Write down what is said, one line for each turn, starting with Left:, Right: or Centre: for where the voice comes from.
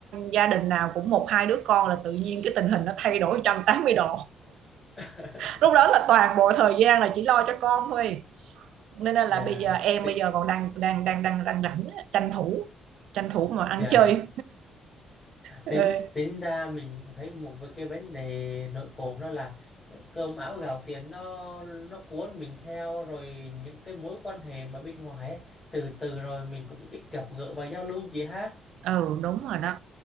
Right: gia đình nào cũng một hai đứa con là tự nhiên cái tình hình nó thay đổi 180 độ
Left: <laughs>
Right: lúc đó là toàn bộ thời gian là chỉ lo cho con thôi nên là,
Left: dạ
Right: bây giờ em
Left: Thì-
Right: bây giờ còn đang đang đang đang đang rảnh tranh thủ tranh thủ mà ăn
Left: dạ
Right: chơi ừ,
Left: tính tính ra mình cũng thấy một cái vấn đề nội cộm đó là ờ, cơm áo gạo tiền nó nó cuốn mình theo rồi những cái mối quan hệ mà bên ngoài ấy, từ từ rồi mình cũng ít gặp gỡ và giao lưu gì ha
Right: ừ đúng rồi đó